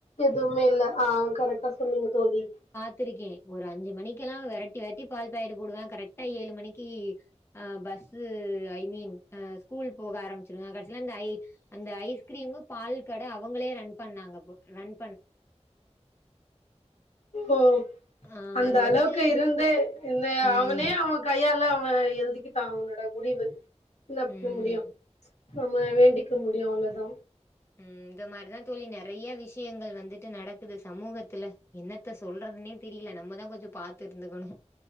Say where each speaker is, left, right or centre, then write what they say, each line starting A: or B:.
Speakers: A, on the left; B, on the left.
A: எதுவுமே இல்ல ஆ கரெக்டா சொன்னீங்க தோலி
B: கத்துருக்கே ஒரு அஞ்சு மணிக்கெல்லா வெரட்டி வெரட்டி பால் பக்கெட்டு போடுவே கரெக்டா ஏழு மணிக்கு ஆ bus I mean a school போக ஆரமிச்சிருவே கடைசில அந்த ஐ அந்த ஐஸ்கிரீமு பால்ப் கட அவங்களே ரன் பண்ணாங்க வன்
A: ஓ
B: ஆ
A: அந்த
B: அது வந்துட்டு
A: அளவுக்கு இருந்து இந்த
B: ம்,
A: அவனே அவ கையாள <unintelligible> அவன் எழுதிக்கிட்டா அவனோட முடிவு என்ன
B: ம்,
A: பண்ண முடியோ நம்ம வேண்டிக்க முடியோஅவ்ளதா
B: ம் இந்த மாரிதா தோலி நறைய விஷ் விஷயங்கள் வந்துட்டு நடக் குது சமூகத்துல என்னத்த சொல்றதுனேத் தெரில நம்மதா கொஞ்சோ பாத்து இருந்துக்கணோ